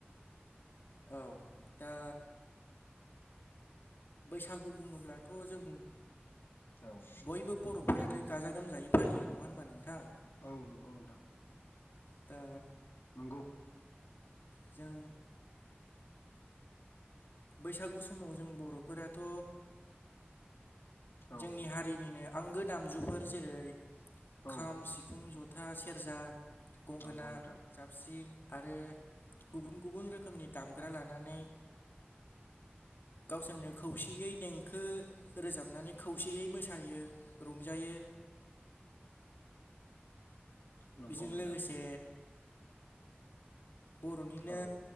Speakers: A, on the left; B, on the left.
A: औ दा बैसागु बुङोब्लाथ' जों
B: औ
A: बयबो बर' फोरानो गाजा गोजायै फालियो नङा होनबा नोंथां?
B: औ नंगौ नोंथां।
A: दा
B: नंगौ।
A: जों बैसागु समाव जों बर'फोराथ'।
B: औ
A: जोंनि हारिनिनो आंगो दामजुफोर जेरै
B: औ
A: खाम सि फुं जथा सेरजा गंगोना
B: नंगौ नोंथां
A: साबस्रिं आरो गुबुन गुबुन रोखोमनि दामग्रा लानानै गावसोरनो खौसेयै देंखो रोजाबनानै खौसेयै मोस सायो रंजायो
B: नंगौ
A: बिजों
B: नोंथां
A: लोगोसे बर'निनो
B: औ